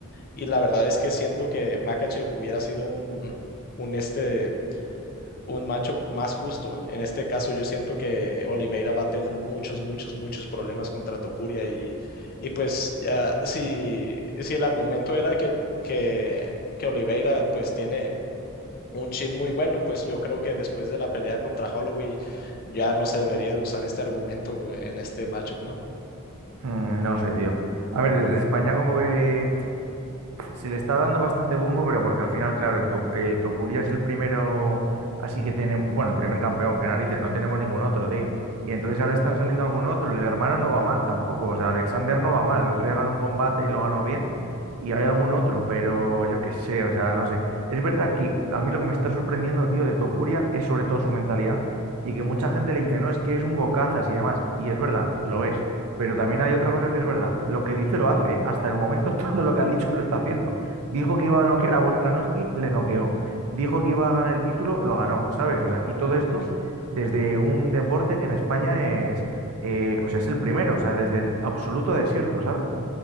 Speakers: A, on the left (about 40°); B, on the right (about 70°).
A: y la verdad es que siento que Makachev hubiera sido un, un este un macho más justo. En este caso, yo siento que Oliveira va a tener muchos, muchos, muchos problemas contra Topuria y, y pues ya, si, si el argumento era que, que, que Oliveira pues tiene un chin muy bueno, pues yo creo que después de la pelea contra Holloway ya no se debería de usar este argumento en este matchup, ¿no?
B: Mm, no sé, tío. A ver, desde España como que se le está dando bastante bombo, pero porque al final, claro, el To- eh, Topuria es el primero, así que tenemos, bueno, el primer campeón, que narices, no tenemos ningún otro, tío. Y entonces ahora están saliendo algún otro, el hermano no va mal tampoco, o sea, Alexander no va mal, el otro día ganó un combate y lo ganó bien, y hay algún otro, pero yo qué sé, o sea, no sé. Es verdad que a mí lo que me está sorprendiendo, tío, de Topuria es sobre todo su mentalidad y que mucha gente le dice, no, es que es un bocazas y demás, y es verdad, lo es. Pero también hay otra cosa que es verdad. Lo que dice lo hace. ¿eh? Hasta el momento <laughs> todo lo que ha dicho lo está haciendo. Dijo que iba a noquear a Volkanovski, le noqueó. Dijo que iba a ganar el título, lo ganó, ¿sabes? O sea, y todo esto
A: Ujú.
B: desde un deporte que en España es, eh, o sea, es el primero, o sea, desde el absoluto desierto, ¿sabes?